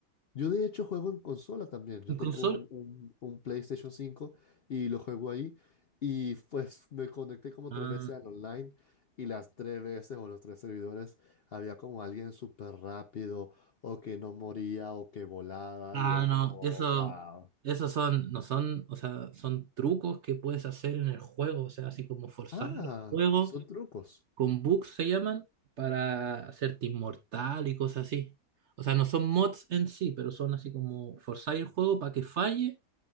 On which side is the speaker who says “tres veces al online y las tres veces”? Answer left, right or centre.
Left